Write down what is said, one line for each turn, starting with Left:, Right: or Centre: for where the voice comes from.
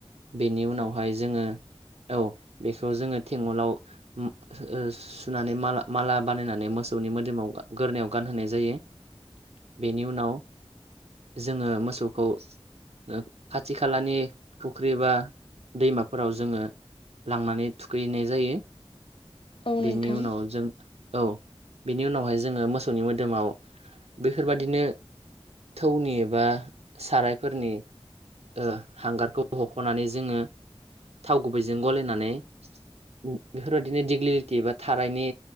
Right: बेनि उनावहाय
Left: औ
Right: जोङो औ। बेखौ जोङो थेंगलाव ओ ओम सुनानै मा-माला बानायनानै मोसौनि मोदोमाव गोरनायाव गानहोनाय जायो। बेनि उनाव जोङो मोसौखौ ओ खाथि खालानि फुख्रि बा दैमाफोराव जोङो लांनानै थुखैैहैनाय जायो।
Left: औ
Right: बेनि
Left: नोंथां
Right: उनाव जों औ बेनि उनावहाय जोङो मोसौनि मोदोमाव बेफोरबादिनो थौनि एबा सारायफोरनि ओ हांगारखौ हख'नानै जोङो थाव गुबैजों गलायनानै उ बेफोरबायदिनो दिग्लिलिटि बा थाराइनि